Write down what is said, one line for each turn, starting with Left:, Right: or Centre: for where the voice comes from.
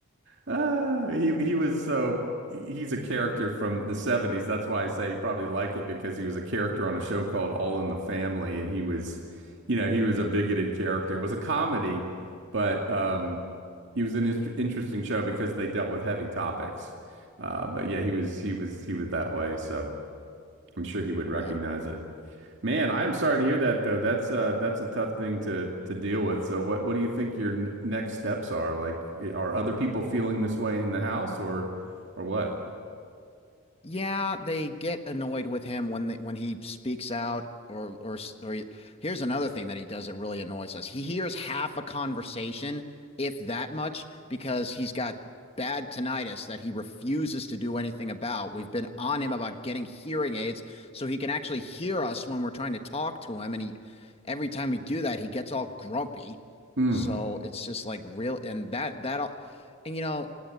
Right: ah, he he was so he's a character from the 70s. That's why I say you probably like it because he was a character on a show called All in the Family and he was you know, he was a bigoted character. It was a comedy, but um it was an inter interesting show because they dealt with heavy topics. Uh, but yeah, he was he was he was that way, so I'm sure he would
Left: Yeah.
Right: recognize it. Man, I am sorry to hear that though. That's uh that's a tough thing to to deal with. So what what do you think your n next steps are? Like i- are other people feeling this way in the house or or what?
Left: Yeah, they get annoyed with him when they, when he speaks out or or or he- here's another thing that he does that really annoys us. He hears half a conversation, if that much, because he's got bad tinnitus that he refuses to do anything about. We've been on him about getting hearing aids so he can actually hear us when we're trying to talk to him and he every time we do that, he gets all grumpy.
Right: Mm.
Left: So it's just like real and that that all and you know